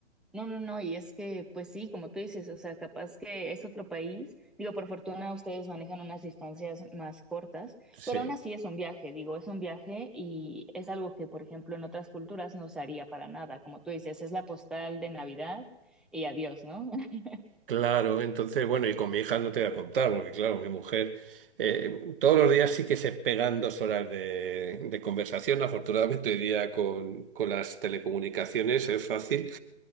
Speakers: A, in the centre; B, on the right.
A: No, no, no, y es que, pues sí, como tú dices, o sea, capaz que es otro país, digo, por fortuna ustedes manejan unas distancias más cortas,
B: Sí,
A: pero aún así es un viaje, digo, es un viaje y es algo que, por ejemplo, en otras culturas no se haría para nada, como tú dices, es la postal de Navidad y adiós, ¿no? <laughs>
B: claro. Entonces, bueno, y con mi hija no te voy a contar, porque claro, mi mujer eh, todos los días sí que se pegan dos horas de, de conversación. Afortunadamente, hoy día con, con las telecomunicaciones es fácil.